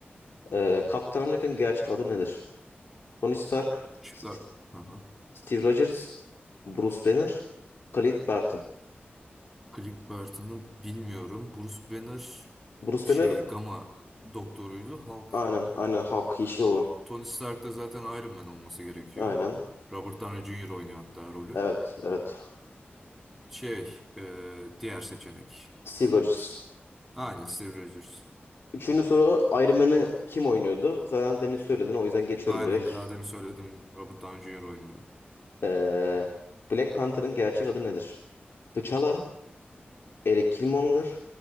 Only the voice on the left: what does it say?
Ee, Kaptan Amerika'nın gerçek adı nedir? Tony Stark,
St-
Steve Rogers, Bruce Banner, Clint Barton.
Bruce
Banner
aynen aynen Hulk yeşil olan.
Aynen.
Evet evet.
Steve Rogers.
Üçüncü soru Iron Man'ı kim oynuyordu? Zaten demin söyledin o yüzden geçiyorum
direkt.
Ee, Black Panther'ın gerçek adı nedir? T'Challa, Eric Killmonger,